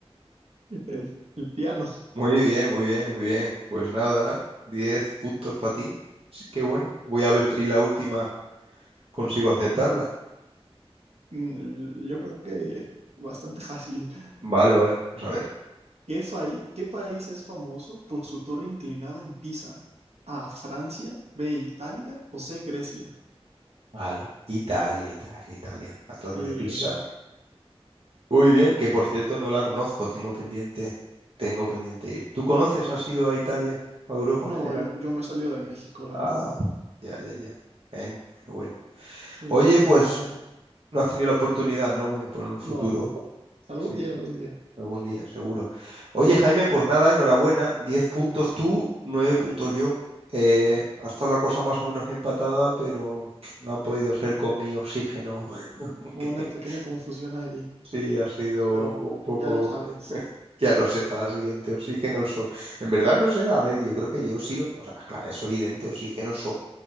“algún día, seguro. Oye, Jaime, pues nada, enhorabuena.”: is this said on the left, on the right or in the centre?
Right